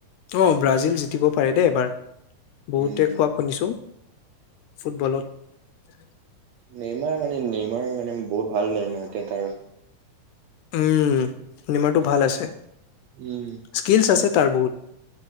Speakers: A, on the left (about 80°); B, on the right (about 70°).
A: অ ব্ৰাজিল জিকিব পাৰে দেই এবাৰ। বহুতে
B: উম
A: কোৱা শুনিছোঁ। ফুটবলত।
B: নেইমাৰ মানে নেইমাৰ মানে বহুত ভাল ন এতিয়া তাৰ।
A: উম নিমাটো ভাল আছে।
B: উম
A: স্কিলছ
B: আৰু
A: আছে তাৰ বহুত।